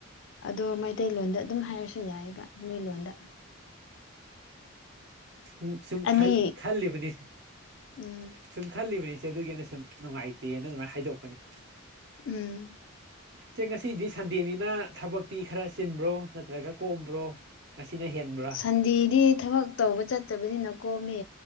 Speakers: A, on the left (about 60°); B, on the right (about 55°).
A: ꯑꯗꯣ ꯃꯩꯇꯩꯂꯣꯟꯗ ꯑꯗꯨꯝ ꯍꯥꯏꯔꯁꯨ ꯌꯥꯏꯑꯕ ꯅ‌ꯣꯏ ꯂꯣꯟꯗ
B: ꯎ ꯁꯨꯝ
A: ꯑꯅꯤ
B: ꯈꯜꯂꯤ-ꯈꯜꯂꯤꯕꯅꯤ
A: ꯎꯝ
B: ꯁꯨꯝ ꯈꯜꯂꯤꯕꯅꯤ ꯏꯆ‌ꯦ ꯑꯗꯨꯒꯤ ꯑꯩꯅ ꯁꯨꯝ ꯅꯨꯡꯉꯥꯏꯇꯦꯅ ꯑꯗꯨꯃꯥꯏꯅ ꯍꯥꯏꯗꯣꯛꯄꯅ‌ꯦ
A: ꯎꯝ
B: ꯆꯦ ꯉꯁꯤꯗꯤ ꯁꯟꯗꯦꯅꯤꯅ ꯊꯕꯛꯇꯤ ꯈꯔ ꯆꯤꯟꯕ꯭ꯔꯣ ꯅꯠꯇ꯭ꯔꯒ ꯀꯣꯝꯕ꯭ꯔꯣ ꯉꯁꯤꯅ ꯍꯦꯟꯕ꯭ꯔꯥ
A: ꯁꯟꯗꯦꯗꯤ ꯊꯕꯛ ꯇꯧꯕ ꯆꯠꯇꯕꯅꯤꯅ ꯀꯣꯝꯃꯦ